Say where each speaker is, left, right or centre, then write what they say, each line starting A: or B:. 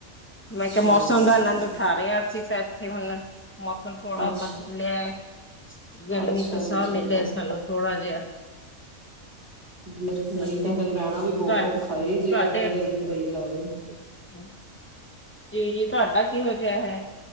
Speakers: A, on the right (about 50°); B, on the left (about 15°).
A: ਅੱਛਾ
B: ਮੈਂ ਕਿਹਾ, ਮੌਸਮ
A: ਜੀ
B: ਦਾ
A: ਚਲੋ
B: ਆਨੰਦ ਉਠਾ ਰਹੇ ਹਾਂ, ਅਸੀਂ ਤਾਂ ਇੱਥੇ ਹੁਣ ਮੌ ਹੁਣ ਥੋੜਾ
A: ਅੱਛਾ
B: ਬਦਲਿਆ ਐ, ਗਰਮੀ
A: ਅੱਛਾ
B: ਤੋਂ
A: ਜੀ
B: ਸਾਹ
A: ਚਲੋ
B: ਮਿਲਿਆ ਸਾਨੂੰ ਥੋੜਾ ਜਿਹਾ।
A: ਨਹੀਂ,
B: ਹਾਂਜੀ
A: ਨਹੀਂ ਤਾਂ ਫਿਰ ਰਹਿਣਾ ਵੀ ਬਹੁਤ
B: ਤੁਹਾਡੇ
A: ਔਖਾ ਜੇ
B: ਤੁਹਾਡੇ
A: ਏਦਾਂ ਹੀ ਗਰਮੀ ਪਈ ਜਾਵੇ।
B: <unintelligible> ਜੀ ਜੀ, ਤੁਹਾਡਾ ਕਿਹੋ ਜਿਹਾ ਹੈ?